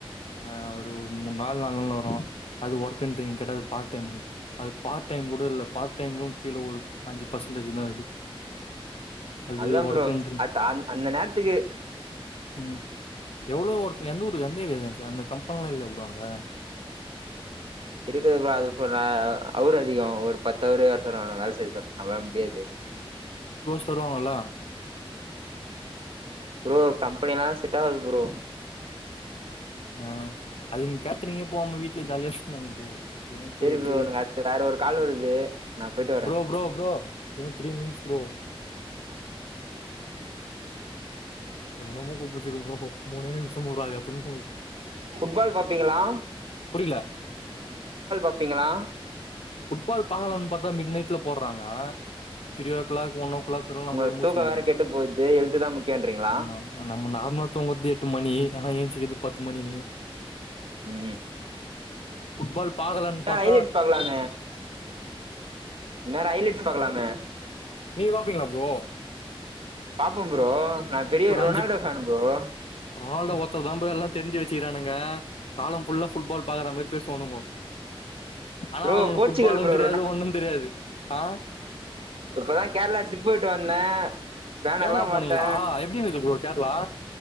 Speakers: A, on the left (about 85°); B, on the right (about 70°).
A: ஆ ஒரு மூணு நாள் நாலு நாள் வரும் அது ஒர்க் பண்றீங்க கேட்டா அது பார்ட் டைம் அது பார்ட் டைம் கூட இல்ல பார்ட் டைம்க கீழே ஒரு அஞ்சு பர்சன்டேஜ் தான் அது அது
B: அதான்
A: ஒர்க்குன்றீங்க
B: ப்ரோ அ அந்த நேரத்துக்கு
A: ம் எவ்வளவு ஒர்க எந்த ஊரு ஏரிய சார் அந்த கம்பனியாலம் இல்லையா ப்ரோ அங்க
B: இருக்குது ப்ரோ அது போ ந ஹவர் அதிகம் ஒரு பத்து ஹவர் வேலை சொல்றாங்க வேலை செய்ய நம்மள முடியாது
A: தருவாங்கள
B: ப்ரோ கம்பெனிலாம் செட் ஆவாது ப்ரோ
A: ஆ அது நீங்க கேட்றீங்க போவாம வீட்டுல ஜாலியா <unintelligible> ப்ரோ ஏன்
B: சேரி
A: போயிட்டு
B: ப்ரோ எனக்கு அத்து வேற ஒரு கால் வருது நான் போயிட்டு வரேன்
A: ப்ரோ ப்ரோ ப்ரோ இன்னும் த்ரீ மின்ஸ் ப்ரோ <unintelligible> மூனே நிமிஷம் ப்ரோ அதுக்கு அப்புறம்
B: புட்பால் பார்ப்பீங்களா
A: புரியல
B: ப்பீங்களா
A: புட்பால் பலாம்னு பார்த்தா மிட் நைட்ல போடுறாங்க three o'clock one clock வரணும் நம்மளால
B: உங்களுக்கு
A: முழுச்சுகின்னு
B: தூக்கோ
A: இருக்க
B: வேற
A: முடியல
B: கெட்டு போயிடுது ஹெல்த் தா முக்கியன்றீங்களா
A: ஆமா நம்ம நார்மலா தூங்கது எட்டு மணி ஆனா எலிச் க்குது பத்து மணி
B: ம்
A: புட்பால் பாக்கலனு பாத்
B: ஹைலைட்சு பார்க்கலாமே இந்நேரம் ஹைலைட் பார்க்கலாமே
A: நீங்க பாப்பீங்களா ப்ரோ
B: பாப்ப ப்ரோ நான் பெரிய
A: ஒரு
B: ரொனால்டோ
A: அஞ்சு
B: ஃபேன் ப்ரோ
A: ரொனால்டோ ஒருத்தர் தான் ப்ரோ எல்லாம் தெரிஞ்சு வச்சுக்கிறானுங்க காலம் ஃபுல்லா புட்பால் பாக்குற மாதிரி பேசுவானுங்க ஆனா
B: ப்ரோ
A: அவ
B: போர்ச்சுகல்
A: புுட்பாலும்
B: ப்ரோ
A: தெரியாது ஒன்னும் தெரியாது ஆ
B: இப்பதான் கேரளா ட்ரிப் போயிட்டு வந்த பேனர்
A: கேரளா
B: எல்லாம் போட்டேன்
A: போனீங்களா எப்டி இருந்தது ப்ரோ கேரளா